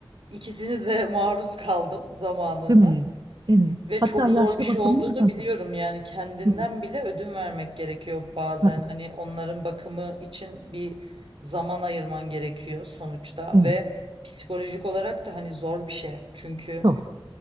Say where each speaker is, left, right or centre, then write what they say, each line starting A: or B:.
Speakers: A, on the right; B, on the right.
A: ikisini de <laughs> maruz kaldım zamanında.
B: Değil mi? Evet.
A: Ve
B: Hatta
A: çok
B: yaşlı
A: zor bir şey
B: bakımı
A: olduğunu
B: da hazır.
A: biliyorum yani kendinden
B: Evet.
A: bile ödün vermek gerekiyor bazen
B: Tabii.
A: hani onların bakımı için bir zaman ayırman gerekiyor sonuçta
B: Evet.
A: ve psikolojik olarak da hani zor bir şey çünkü
B: Çok.